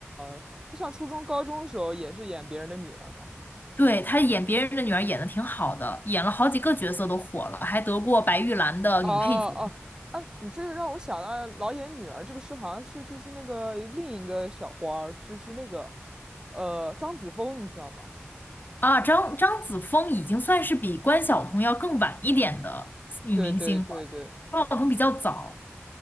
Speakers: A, on the right; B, on the left.
A: 哦，他上初中、高中的时候也是演别人的女儿嘛。
B: 对，她演别人的女儿演的挺好的，演了好几个角色都火了，还得过白玉兰的女配角。
A: 哦哦，哎、你这个让我想到老演女儿这个事，好像是就是那个另一个小花儿，就是那个呃张子枫，你知道吗？
B: 啊，张张子枫已经算是比关晓彤要更晚一点的女明星了，
A: 对对对对，
B: 关晓彤比较早，